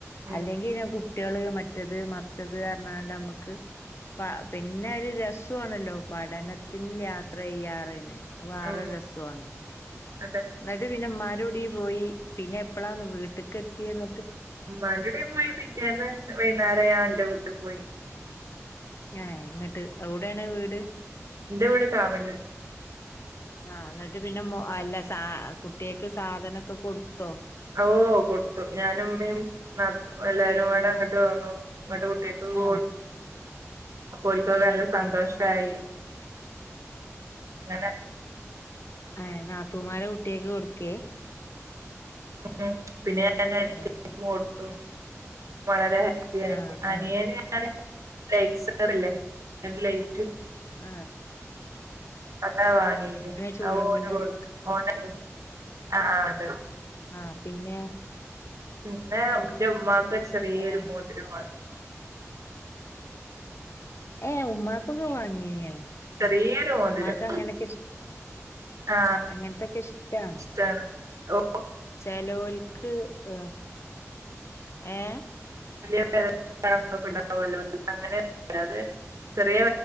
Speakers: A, on the right (about 85°); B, on the left (about 55°).
A: ഉം
B: അല്ലെങ്കിൽ ഞ- കുട്ടികൾ മറ്റത് മറിച്ചത് എന്ന് വേണ്ട നമുക്ക് പിന്നെ ഒരു രസമാണല്ലോ പഠനത്തി- യാത്ര ചെയ്യാറ് തന്നെ അതു വേറെ
A: ഉം
B: രസമാണ്
A: അതെ
B: എന്നിട്ട് പിന്നെ ഉമ്മാ - പൊടി പോയി പിന്നെ എപ്പോഴാണ് വീട്ടിക്ക് - കെ നട്ട്
A: ഉമ്മാന്റെറ വീട്ടിപോയി പിറ്റേന്ന്. വൈകുന്നേരം എന്റെ വീട്ടിപോയി
B: എന്നിട്ട്എവിടെയാണ് വീട്
A: എന്റെ വീടെ കാവലൂര്
B: ആഹ് എന്നിട്ട് പിന്നെ മോ അല്ല സാ കുട്ടികക്ക് സാധനൊക്കെ കൊടുത്തോ
A: ഓ കൊടുത്തു ഞാനും ഉമ്മയും നടന്നു എല്ലാരുടെ അങ്ങോട്ടുവന്നു ഇങ്ങട് കുട്ടിലക്കെ ഒക്കെ
B: ആഹ്
A: കൊടുത്തു അപ്പോഴൊക്കെ നല്ല സന്തോഷമാ യി അങ്ങനെ
B: ആ നാത്തൂമാരുടെ കുട്ടകൾക്ക് കൊടുക്കേ
A: ഉ പിന്നെ പിന്നെ എന്റെ ഏട്ടത്തിടെ
B: ഏഹ്
A: മോൾക്കും വളരെ
B: ആഹ്
A: അനിന്
B: ആഹ്
A: ഞാന് ലൈറ്ററല്ലേ എന്റെ ലൈറ്റ്
B: ആ
A: അത വങ്ങിയത്
B: ചോരുമ്മലടിക്ക്
A: ഓ <unintelligible> ആ ആ അതെ
B: ആഹ പിന്നെ
A: പിന്നെ ന്റെ ഉമ്മാക്ക് ചെറിയൊരു
B: ഏഹ്
A: മോതിരമാണ്
B: ഏ ഉമ്മാക്കൊന്നും വാങ്ങീനോ
A: ചെറിയൊരു
B: ഉം
A: മോതിരം
B: ഉമ്മാക്ക് അങ്ങനെയൊക്കെ ഇഷ്
A: ആ
B: അങ്ങനത്തൊക്കെ ഇഷ് <unintelligible>
A: ഇഷ്ടാണ് ഓ
B: ചെലോൽക്ക് ങ് ഏ
A: <unintelligible> ണ്ടാവല്ലോ അങ്ങനെ അത് ചെറിയ